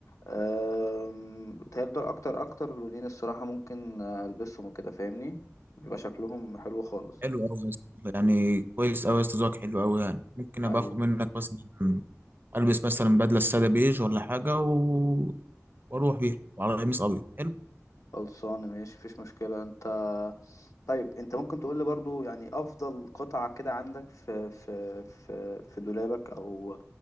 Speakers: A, on the left (about 85°); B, on the right (about 40°).
A: آم، بيتهيألي دول اكتر اكتر لونين الصراحة ممكن آه، البسهم وكده فاهمني بيبقى شكلهم حلو خالص
B: حلو قوي يا اسطى، يعني كويس قوي يا اسطى ذوقك حلو قوي يعني ممكن
A: حبيبي
B: ابقى اخد منك مثلا البس مثلا بدله ساده بيج ولا حاجه و... واروح بيها وعلى قميص ابيض حلو
A: خلصانة ماشي مفيش مشكلة انت طيب انت ممكن تقول لي برضو يعني افضل قطعة كده عندك في في في في دولابك او